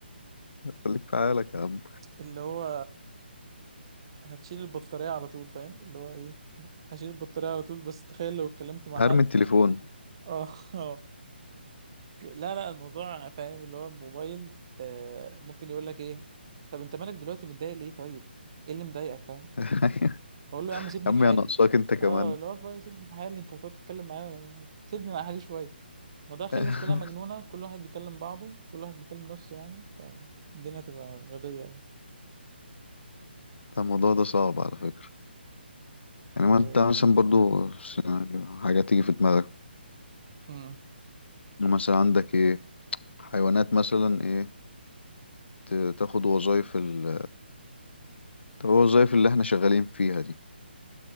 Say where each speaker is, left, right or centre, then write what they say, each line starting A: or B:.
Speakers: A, on the left; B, on the right.
A: خليك في حالك يا عم
B: اللي هو هتشيل البطارية على طول فاهم اللي هو ايه هشيل البطارية على طول بس تخيل لو اتكلمت مع
A: ارمي
B: حد
A: التليفون
B: اه <laughs> اه لا لا الموضوع فاهم اللي هو الموبايل آه ممكن يقول لك ايه طب انت مالك دلوقتي متضايق ليه طيب ايه اللي مضايقك فاهم
A: <laughs>
B: بقول له يا عم
A: يا
B: سيبني
A: عم
B: في حالي
A: يا ناقصاك انت كمان
B: اه اللي هو فا- سيبني في حالي انت هتقعد تتكلم معايا ولا- سيبني مع حالي شوية الموضوع خلى
A: <laughs>
B: الناس كلها مجنونة كل واحد بيكلم بعضه كل واحد بيكلم نفسه يعني فالدنيا تبقى غبية أوي
A: ده الموضوع ده صعب على فكرة يعني ما
B: آه،
A: انت مثلا برضو س- حاجة تيجي في دماغك
B: امم
A: يعني مثلا عندك ايه حيوانات مثلا ايه ت- تاخد وظايف ال الوظايف اللي احنا شغالين فيها دي